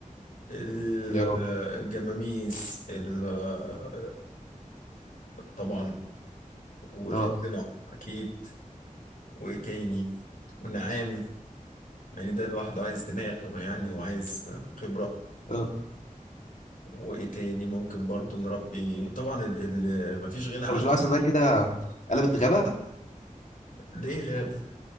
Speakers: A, on the left (about 85°); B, on the left (about 60°).
A: الجماميس
B: يا راجل
A: الكلاب طبعا والحصنة
B: اه
A: اكيد وايه تاني والنعام يعني ده لوحده عايز دماغ يعني وعايز خبرة
B: اه
A: وايه تاني ممكن برضو نربي طبعا اللي مفيش غنى عنها
B: انت مش لاحظ انها كده قلبت غابه
A: ليه غاب